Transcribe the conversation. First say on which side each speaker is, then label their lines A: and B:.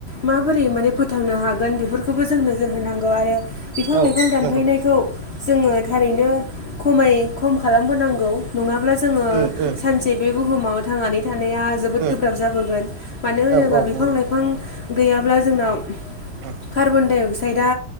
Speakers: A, on the left; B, on the right.
A: माबोरै माने फोथांनो हागोन बेफोरखौबो जोंनो नोजोर होनांगौ आरो बिफां
B: औ
A: लाइफां दानफैनायखौ
B: नंगौ
A: जोङो थारैनो खमाय खम खालामबोनांगौ नङाब्ला जोङो
B: उम उम
A: सानसे बे बुहुमाव थांनानै थानाया जोबोद
B: उम
A: गोब्राब जाबोगोन मानो होनोबा
B: औ औ
A: बिफां
B: नंगौ
A: लाइफां गैयाब्ला जोंनाव
B: औ
A: कार्बनडाइ अक्साइदआ